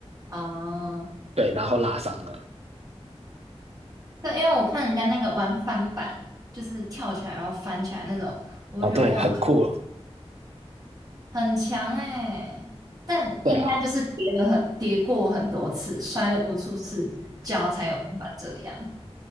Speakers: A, on the right; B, on the right.
A: 啊、
B: 对，然后拉伤了。
A: 对，因为我看人家那个玩翻板，就是跳起来然后翻起来那种，我就觉得哇靠，
B: 哦，对，很酷，
A: 很强哎、但应该就是跌了很跌过很多次，
B: 对啊。
A: 摔了无数次，脚才有办法这样。